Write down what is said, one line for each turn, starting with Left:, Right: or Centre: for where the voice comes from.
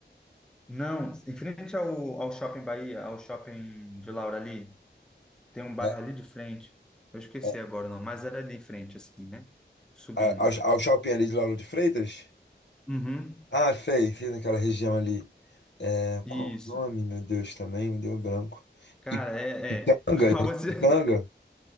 Centre: Não, em frente ao, ao Shopping Bahia, ao Shopping de Laura ali, tem um bairro
Left: Né?
Centre: ali de frente. Eu esqueci
Left: É,
Centre: agora o nome, mas era ali em frente, assim, né? Subindo.
Left: A- Ao, ao shopping ali de Lauro de Freitas?
Centre: Uhum,
Left: Ah, sei, sei naquela região ali. É,
Centre: isso.
Left: qual o nome, meu Deus, também? Me deu um branco.
Centre: Cara,
Left: Ip-
Centre: é,
Left: Ipiranga?
Centre: é. <laughs> Mas você...
Left: Ipiranga?